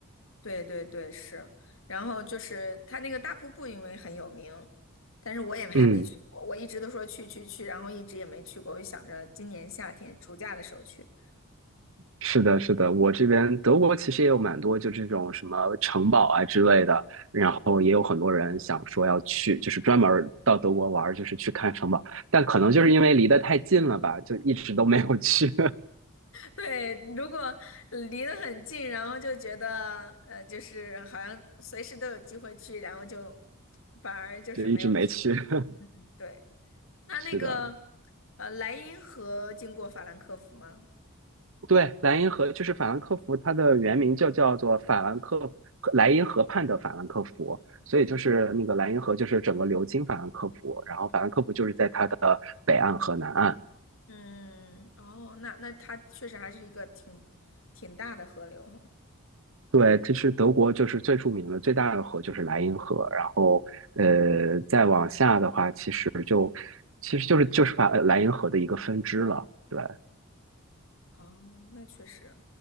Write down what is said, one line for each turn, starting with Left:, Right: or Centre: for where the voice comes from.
Left: 对对对，是，然后就是它那个大瀑布，因为很有名，但是我也还没去过，
Right: 嗯，
Left: 我一直都说去去去，然后一直也没去过，我就想着今年夏天暑假的时候去。
Right: 是的，是的，我这边德国其实也有蛮多就这种什么城堡啊之类的，然后也有很多人想说要去，就是专门儿到德国玩儿就是去看城堡，但可能就是因为离得太近了吧，就一直都没有去，
Left: 对，如果呃离得很近，然后就觉得呃，就是好像随时都有机会去，然后就反而就是没有去。
Right: <laughs> 就一直没去。<laughs>
Left: 对，那那个
Right: 是的，
Left: 呃，莱茵河经过法兰克福吗？
Right: 对，莱茵河就是法兰克福，它的原名就叫做法兰克莱茵河畔的法兰克福，所以就是那个莱茵河就是整个流经法兰克福，然后法兰克福就是在它的北岸和南岸。
Left: 嗯，哦，那那它确实还是一个挺挺大的河流哈。
Right: 对，其实德国就是最著名的最大的河就是莱茵河，然后呃再往下的话，其实就其实就是就是法呃莱茵河的一个分支了。对
Left: 哦，那确实。